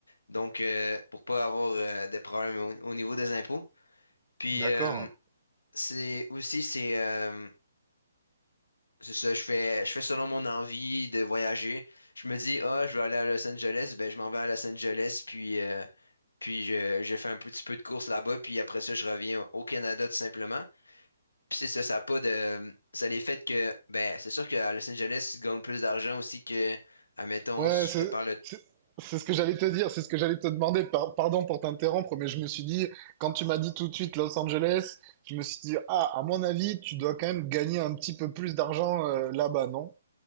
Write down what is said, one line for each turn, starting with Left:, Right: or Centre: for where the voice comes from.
Left: Donc, euh, pour pas avoir euh, de problème au au niveau des impôts. Puis,
Right: D'accord.
Left: euh, C'est aussi c'est euh, c'est ça, je fais je fais selon mon envie de voyager. Je me dis ah, je veux aller à Los Angeles, ben je m'en vais à Los Angeles puis euh, puis je, je fais un petit peu de course là-bas puis après ça je reviens au au Canada tout simplement. Puis c'est ça, ça a pas de ça a les fait que ben c'est sûr qu'à Los Angeles si tu gagnes plus d'argent aussi que admettons
Right: Ouais,
Left: si
Right: c'est
Left: je te parle de
Right: c'est- c'est ce que j'allais te dire, c'est ce que j'allais te demander. Par- pardon pour t'interrompre, mais je me suis dit, quand tu m'as dit tout de suite Los Angeles, je me suis dit, ah, à mon avis, tu dois quand même gagner un petit peu plus d'argent euh, là-bas, non?